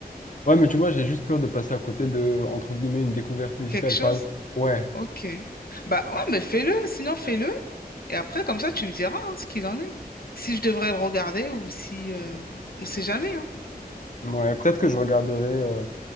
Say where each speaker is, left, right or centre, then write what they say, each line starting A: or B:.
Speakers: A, on the left; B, on the left.
A: Ouais, mais tu vois, j'ai juste peur de passer à côté de, entre guillemets, une découverte musicale.
B: Quelque chose?
A: Par- exemple. Ouais,
B: Ok. Bah ouais, mais fais-le, sinon fais-le, et après, comme ça, tu me diras hein, ce qu'il en est. Si je devrais le regarder ou si, euh, on sait jamais, hein.
A: ouais, peut-être que je regarderai euh,